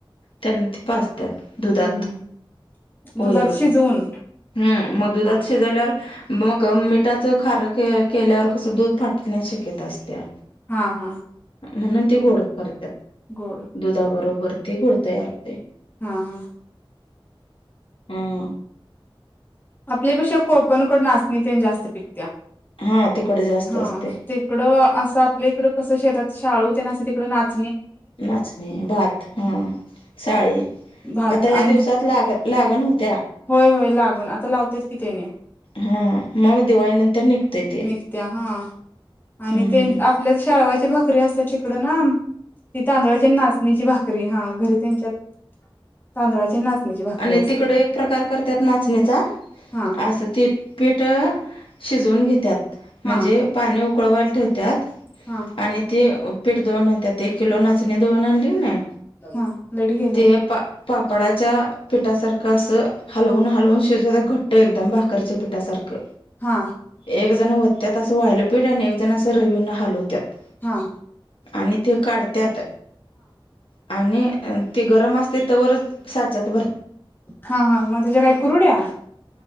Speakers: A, on the left; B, on the left.
A: त्यांना ते पाचत्याात दुधात
B: हम्म हम्म
A: वरून
B: दुधात शिजवून
A: हम्म मग दुधात
B: हा
A: शिजल्यावर. मग मिठाचं खार के केल्यावर कसं दूध फाटण्या शक्येत असत्या.
B: हा हा
A: म्हणून ते गोड करतात
B: गोड
A: दुधाबरोबर ते गोड. तयार ते.
B: हा हां
A: हम्म
B: आपलेपेक्षा कोकणकड नाचणी ते जास्त पिकत्या.
A: हा तिखट जास्त
B: हा
A: असतंय
B: तिकडं असं आपल्या इकडं कसं शेतात शाळू ते नां तिकड नाच
A: नाचणी भात हा साळी
B: भात
A: आता या
B: आणि
A: दिवसात लाग लागण होती.
B: होय होय लागून आता लावतेच कि त्यांनी.
A: हा मग दिवाळी नंतर निघतय ते.
B: निघत्या हा आणि
A: हम्म
B: त्यां आपल्या शाळवाची भाकरी असते तिकडं ना ती तांदळाच्या नाचण्याची भाकरी हा घरी त्यांच्यात तांदळाच्या नाच ची भाकरी
A: आणि
B: असते.
A: तिकडे एक प्रकार करतात नाचण्याचा
B: हा
A: असं ती पीठ शिजवून घेतात. म्हणजे
B: हा
A: पाणी उकळवायला ठेवतात
B: हा
A: आणि ते पीठ दळून आण त्या एक किलो नाचणी दळून आणली डच्या
B: हा लाईट गेल्या
A: ते पाप पापडाच्या पिठासारखं असं हलवून हलवून शिजवत घट्ट एकदम भाकरीच्या पिठासारखं.
B: हां
A: एक जण ओतण्यात असं वायलपीठ आणि एक जण असं रवींना हलवतात.
B: हां
A: आणि ते काढत्यात आणि ते गरम असते तरवरच साचात
B: हा हा मझ जराय करुड्या आहे.